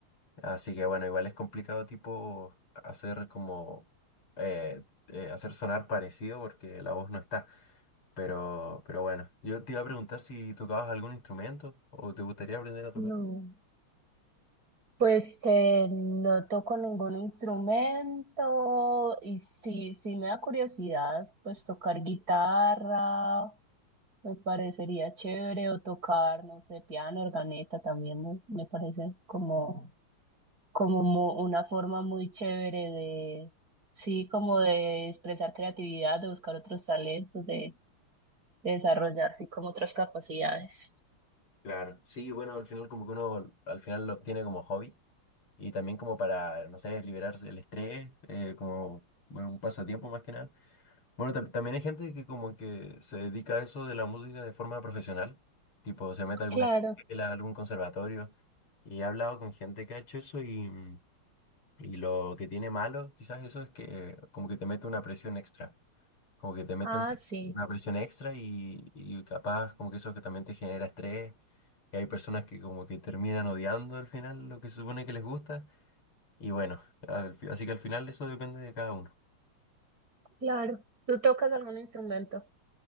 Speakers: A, on the left; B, on the right.
A: Así que bueno, igual es complicado tipo hacer como, eh, eh, hacer sonar parecido porque la voz no está. Pero, pero bueno, yo te iba a preguntar si tocabas algún instrumento o te gustaría aprender a tocar.
B: No. Pues eh, no toco ningún instrumento y sí, sí me da curiosidad, pues tocar guitarra me parecería chévere o tocar, no sé, piano, organeta también me, me parece como, como mu- una forma muy chévere de, sí, como de expresar creatividad, de buscar otros talentos, de, de desarrollar, sí, como otras capacidades.
A: Claro, sí, bueno, al final como que uno al final lo obtiene como hobby y también como para, no sé, liberarse del estrés, eh, como bueno, un pasatiempo más que nada. Bueno, tam- también hay gente que como que se dedica a eso de la música de forma profesional, tipo se mete a alguna
B: Claro,
A: escuela, algún conservatorio y he hablado con gente que ha hecho eso y, y lo que tiene malo quizás eso es que como que te mete una presión extra. Como que te meten
B: ah, sí,
A: una presión extra y, y capaz como que eso que también te genera estrés. Y hay personas que como que terminan odiando al final lo que se supone que les gusta. Y bueno, al fi- así que al final eso depende de cada uno.
B: claro. ¿Tú tocas algún instrumento?